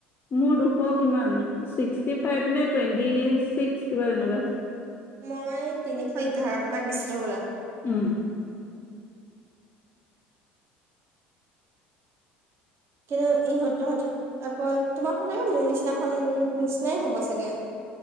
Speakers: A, on the left; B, on the right.
A: মোৰ দুশ কিমান, ছিক্সটি ফাইভ নে টুৱেন্টি ছিক্স কিবা তেনেকুৱা
B: মই তিনিশ এঘাৰ টকাত দিছিলোঁ হ'বলা।
A: উম।
B: কিন্তু ইহঁতৰ সঁতত আকৌ তোমাক চাগে মোৰ নিচিনাখন নিচিনাই হ'ব চাগে